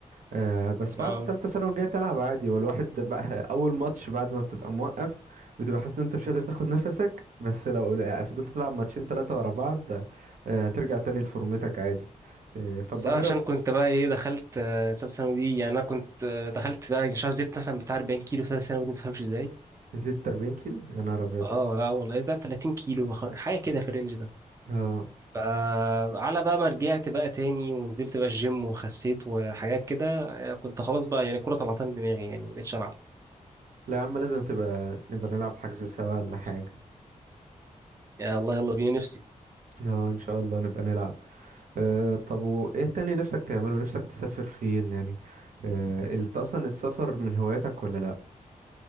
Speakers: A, on the right; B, on the right.
A: آه، بس بعد
B: اه
A: تالتة ثانوي رجعت ألعب عادي والواحد بقى أول ماتش بعد ما بتبقى موقف بتبقى حاسس إن أنت مش قادر تاخد نفسك بس لو يعني فضلت تلعب ماتشين تلاتة ورا بعض آه، هترجع تاني لفورمتك عادي آه، فبجرب
B: بس أنا عشان كنت بقى إيه دخلت آه، تالتة ثانوي دي يعني أنا كنت آه، دخلت بقى مش عارف زدت مثلا بتاع 40 كيلو في تالتة ثانوي دي متفهمش إزاي
A: زدت 40 كيلو يا نهار أبيض
B: اه لا والله زي 30 كيلو وخ- حاجه كده في الرينج ده
A: اه
B: فعلى بقى ما رجعت بقى تاني ونزلت بقى الجيم وخسيت وحاجات كده آه، كنت خلاص بقى يعني الكوره طلعتها من دماغي يعني ما بقتش العب
A: لا يا عم لازم تبقى نبقى نلعب حجز سوا ولا حاجة
B: يا الله يلا بينا نفسي
A: اه إن شاء الله نبقى نلعب آه، طب وإيه تاني نفسك تعمله نفسك تسافر فين يعني آه، أنت أصلا السفر من هواياتك ولا لأ؟